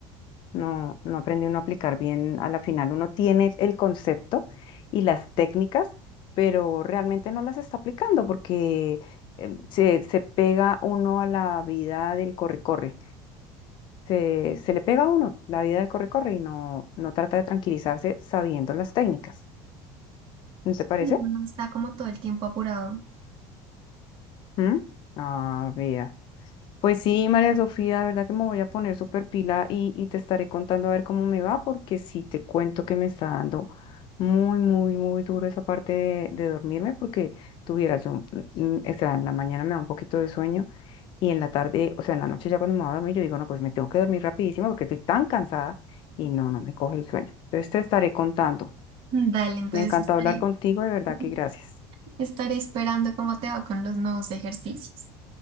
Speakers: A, on the left (about 40°); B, on the right (about 45°).
A: no, no aprende uno a aplicar bien a la final. Uno tiene el concepto y las técnicas, pero realmente no las está aplicando porque em, se, se pega uno a la vida del corre-corre. Se, se le pega a uno la vida del corre-corre y no, no trata de tranquilizarse sabiendo las técnicas. ¿No te parece?
B: Y uno está como todo el tiempo apurado.
A: ¿Mm? Ah, vea. Pues sí, María Sofía, de verdad que me voy a poner súper pila y, y te estaré contando a ver cómo me va, porque sí te cuento que me está dando muy, muy, muy duro esa parte de, de dormirme, porque tuvieras yo, mm, mm, o sea, en la mañana me da un poquito de sueño y en la tarde, o sea, en la noche ya cuando me voy a dormir, yo digo, no, pues me tengo que dormir rapidísimo porque estoy tan cansada y no, no me coge el sueño. Entonces te estaré contando.
B: Mm, Dale, entonces
A: Me encantó
B: estaré,
A: hablar contigo, de verdad
B: <laughs>
A: que gracias.
B: estaré esperando cómo te va con los nuevos ejercicios.